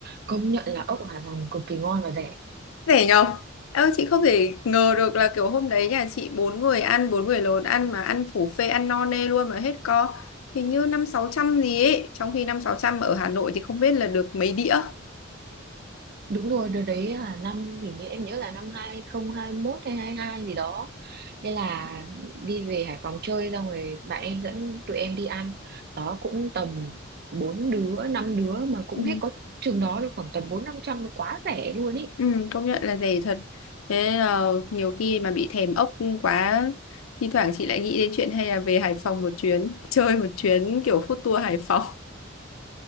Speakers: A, on the right; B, on the left.
A: công nhận là ốc ở Hải Phòng cực kỳ ngon và rẻ
B: Rẻ nhờ Em ơi, chị không thể ngờ được là kiểu hôm đấy nhà chị bốn người ăn bốn người lớn ăn mà ăn phủ phê ăn no nê luôn mà hết co hình như năm sáu trăm gì ấy trong khi năm sáu trăm ở Hà Nội thì không biết là được mấy đĩa
A: đúng rồi đợt đấy là năm hình như em nhớ là năm hai không hai mốt hay hai hai gì đó thế là đi về Hải Phòng chơi xong rồi bạn em dẫn tụi em đi ăn đó cũng tầm bốn đứa năm đứa mà cũng
B: ừ.
A: hết có chừng đó được khoảng tầm bốn năm trăm quá rẻ luôn ý
B: Ừ, công nhận là rẻ thật thế nên là nhiều khi mà bị thèm ốc quá thi thoảng chị lại nghĩ đến chuyện hay là về Hải Phòng một chuyến chơi một chuyến kiểu food tour Hải Phòng